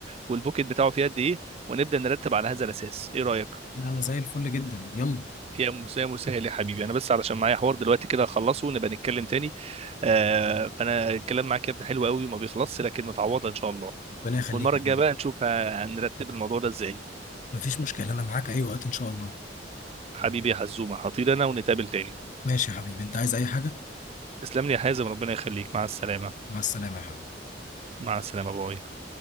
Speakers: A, on the right (about 35°); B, on the left (about 45°).
A: والبوكيت بتاعه فيه قد ايه ونبدا نرتب على هذا الاساس ايه رايك
B: لا، انا زي الفل جدا يلا
A: يا مسا يا مسهل يا حبيبي انا بس علشان معايا حوار دلوقتي كده اخلصه ونبقى نتكلم تاني آه فانا الكلام معاك يا ابني حلو قوي وما بيخلصش لكن متعوضه ان شاء الله
B: ربنا يخليك
A: والمره
B: يا
A: الجايه
B: حبيبي
A: بقى نشوف ه- هنرتب الموضوع ده ازاي
B: مفيش مشكله انا معاك اي وقت ان شاء الله
A: حبيبي يا حزومه هطير انا ونتقابل تاني
B: ماشي يا حبيبي انت عايز اي حاجه
A: تسلم لي يا حازم ربنا يخليك مع السلامه
B: مع السلامه يا حبيبي
A: مع السلامه باي